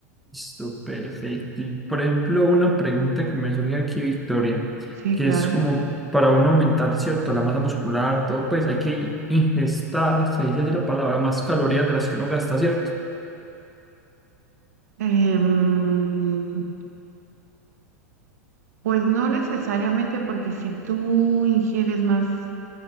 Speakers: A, in the centre; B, on the right.
A: Listo, perfecto. Y por ejemplo, una pregunta que me surge aquí, Victoria,
B: Sí,
A: que
B: claro.
A: es como para uno aumentar, ¿cierto? La masa muscular, todo, pues hay que ingestar, se dice así la palabra, más calorías de las que uno gasta, ¿cierto?
B: Em, pues no necesariamente porque si tú ingieres más,